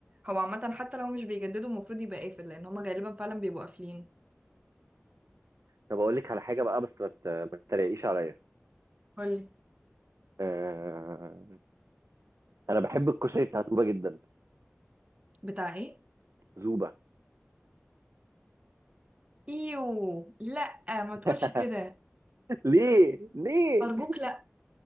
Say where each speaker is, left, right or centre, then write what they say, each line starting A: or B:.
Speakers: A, on the right; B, on the right.
A: هو عامه حتى لو مش بيجددوا المفروض يبقى قافل لان هما غالبا فعلا بيبقوا قافلين
B: طب اقول لك على حاجه بقى بس ما ت- ما تتريقيش عليا
A: قولي
B: آه... انا بحب الكشري بتاع زوبه جدا
A: بتاع ايه
B: زوبه
A: ايوه لا ما
B: <laughs>
A: تقولش كده
B: ليه ليه
A: ارجوك لا